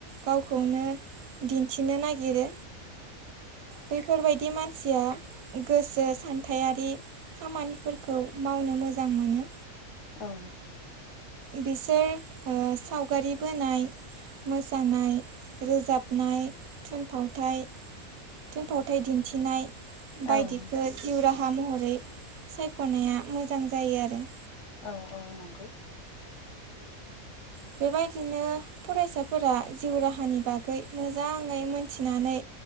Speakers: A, on the right; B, on the left.
A: गावखौनो दिन्थिनो नागिरो बेफोरबायदि मान मानसिया गोसो सान्थायारि खामानिफोरखौ मावनो मोजां मोनो।
B: औ
A: बिसोर ओ सावगारि बोनाय मोसानाय, रोजाबनाय, थुनफावथाय थुनफावथाय दिन्थिनाय बायदिखौ
B: औ औ
A: जिउ राहा हा महरै सायख'नाया मोजां जायो आरो।
B: औ औ नंगौ।
A: बेबायदिनो फरायसाफोरा जिउ राहानि बागै मोजाङै मोनथिनानै